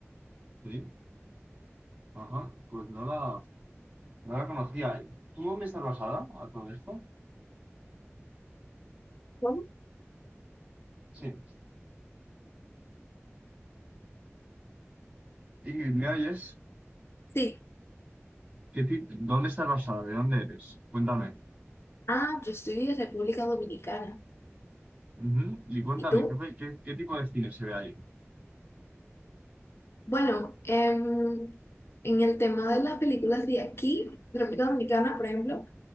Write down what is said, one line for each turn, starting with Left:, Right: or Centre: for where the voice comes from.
Right: sí, ajá, pues no la, no la conocía. ¿Tú dónde estás basada a todo esto?
Left: ¿Cómo?
Right: Sí. Ingrid, ¿me oyes?
Left: Sí.
Right: ¿Qué ti- ¿Dónde estás basada? ¿De dónde eres? Cuéntame.
Left: Ah, yo estoy de República Dominicana.
Right: Ujú. Y cuéntame,
Left: ¿Y tú?
Right: ¿qué, pe- qué- qué tipo de cine se ve ahí?
Left: Bueno, em, en el tema de las películas de aquí, de República Dominicana, por ejemplo,